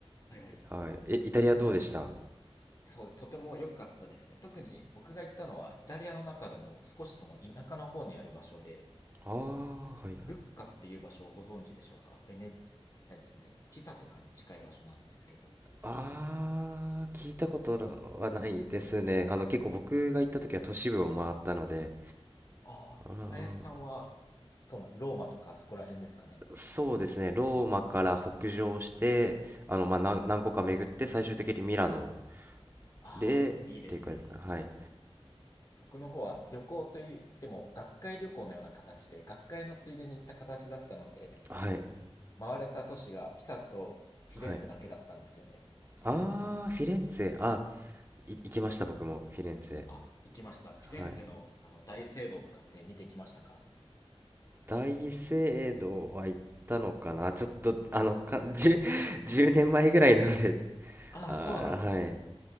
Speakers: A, on the left (about 35°); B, on the right (about 20°).
A: いはい。
B: はい、え、イタリアどうでしたあ
A: イタ、そうです、とても良かったですね。特に僕が行ったのはイタリアの中でも少しその田舎の方にある場所で、
B: あー、はいはい。
A: ルッカっていう場所をご存知でしょうか。ベネ、あれですね、ピサとかに近い場所なんですけど。
B: ああ、聞いたことはないですね。あの結構僕が行った時は都市部を回ったので、
A: ああ、
B: あー
A: 林さんは、そうな、ローマとかそこら辺ですかね。
B: そうですね、ローマから北上して、あのまあ何、何個か巡って最終的にミラノ
A: ああ、
B: でっていうか、
A: いいですね。
B: はい。
A: 僕の方は旅行といっても学会旅行のような形で、学会のついでに行った形だったので、
B: はい
A: 回れた都市がピサとフィレンツェだけだったんですよね。
B: はいあーフィレンツェあい行きました僕もフィレンツ
A: あ、行きました。フィレンツェの、
B: ェはい
A: あの大聖堂とかって見てきましたか <laughs>
B: 大聖堂は行ったのかなちょっとあのか 10, 年前ぐらいなので
A: ああ、
B: あーはい
A: そうなんですね。